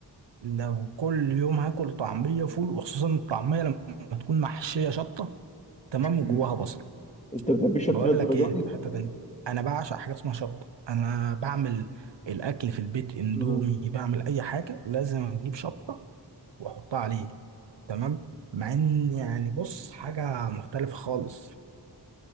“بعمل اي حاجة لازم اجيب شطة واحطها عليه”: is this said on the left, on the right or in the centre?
Right